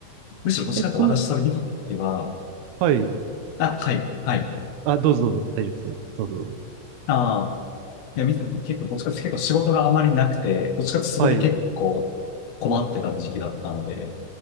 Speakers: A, on the left; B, on the right.
A: むしろ、どちらかというと私、
B: え、そんな、
A: それ見たときは、
B: はい。
A: あ、はい、はい。
B: あ、どうぞ、どうぞ。大丈夫です。大丈夫ですどうぞ、どうぞ。
A: あ。いや、見てると結構、どっちかっていうと結構仕事があまりなくて、どっちかっていうとそれで結構困ってた時期だったので、
B: はい。う